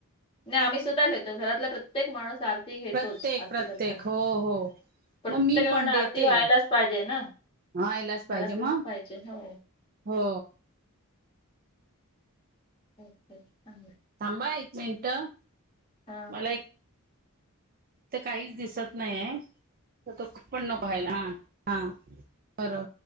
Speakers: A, on the left; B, on the right.
A: नाही आम्ही सुद्धा घेतो. घरातला प्रत्येक माणूस आ रती घेतोच.
B: प्रत्येक
A: आरती
B: प्रत्येक
A: करताना
B: हो हो
A: प्रत्येकाकडन
B: मग मी पण देते
A: आरती व्हायलाच पाहिजे ना.
B: हा यायलाच पाहिजे
A: घरातलच
B: मग
A: पाहिजे हो.
B: हो
A: ओके चांगल आहे.
B: थांबा एक मिनट.
A: हा
B: मला एक तर काहीच दिसत नाही आहे. तर तो पण न पाहायला. हा हा बर